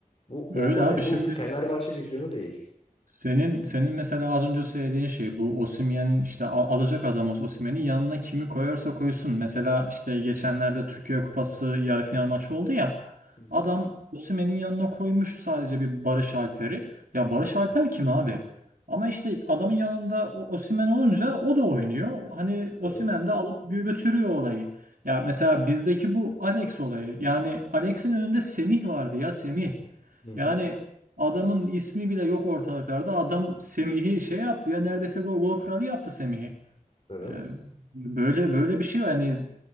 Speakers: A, on the left; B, on the right.
A: Bu olmaz
B: Öyle abi
A: ya. Bu
B: şimdi
A: Fenerbahçe vizyonu değil.
B: Senin senin mesela az önce söylediğin şey bu Osimhen işte al- alacak adam olsa Osimhen'i yanına kimi koyarsa koysun. Mesela işte geçenlerde Türkiye Kupası yarı final maçı oldu ya.
A: Hı hı.
B: Adam Osimhen'in yanına koymuş sadece bir Barış Alper'i. Ya Barış Alper kim abi? Ama işte adamın yanında o- Osimhen olunca o da oynuyor. Hani Osimhen
A: Evet.
B: de alıp bir götürüyor olayı. Ya mesela bizdeki bu Alex olayı. Yani Alex'in önünde Semih vardı ya Semih.
A: Hı hı.
B: Yani Adamın ismi bile yok ortalıklarda. Adam Semih'i şey yaptı ya neredeyse gol, gol kralı yaptı Semih'i.
A: Evet.
B: Ee, böyle böyle bir şey var. Yani